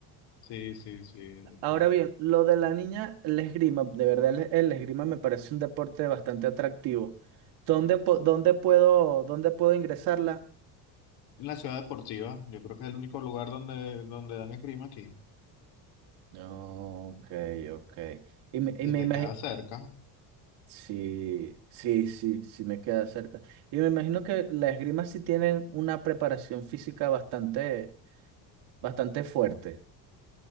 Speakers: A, on the left; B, on the right.
A: sí, sí, sí.
B: Ahora
A: sí.
B: bien, lo de la niña, el esgrima, de verdad el, el esgrima me parece un deporte bastante atractivo. ¿Dónde, po- dónde puedo, dónde puedo ingresarla?
A: En la ciudad deportiva, yo creo que es el único lugar donde, donde dan esgrima aquí.
B: No, ok, ok. Y me, y
A: Y
B: me
A: te
B: imagi-
A: queda cerca.
B: Sí, sí, sí, sí me queda cerca. Y me imagino que las esgrima sí tienen una preparación física bastante, bastante fuerte.